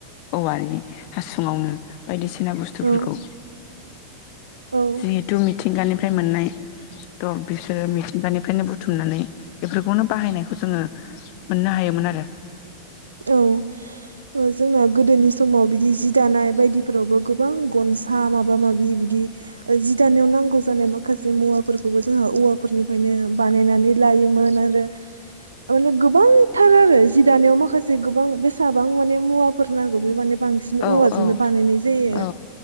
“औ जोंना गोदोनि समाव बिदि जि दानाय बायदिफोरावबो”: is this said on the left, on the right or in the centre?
Right